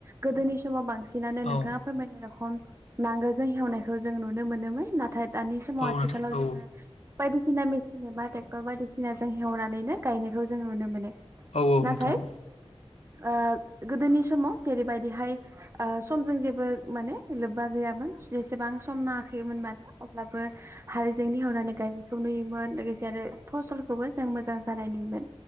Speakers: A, on the right; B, on the left.
A: गोदोनि समाव बांसि नानो
B: औ
A: नोंथाङा फोरमायनाय रखम नांगोलजों हेवनायखौ जों नुनो मोनोमोन ना थाय दानि समाव
B: औ
A: आथिखालाव
B: नोंथां औ नोंथां औ नोंथां औ नोंथां औ
A: जोङो बायदिसिना मेसिन एबा ट्रेक्टर बायदिसि नाजों हेवनानैनो गायनायखौ जों नुनो मोनो
B: औ औ
A: नाथाय
B: नोंथां
A: ओ गोदोनि समाव जेरैबायदिहाय ओ समजों जेबो माने लोब्बा गैया यामोन जेसेबां सम नाङाखैमोन मानो अब्लाबो हालजोंनि हेवनानै गाय नाय खौ नुयोमोन लोगोसे आरो फसलखौबो जों मोजां जानाय नुयोमोन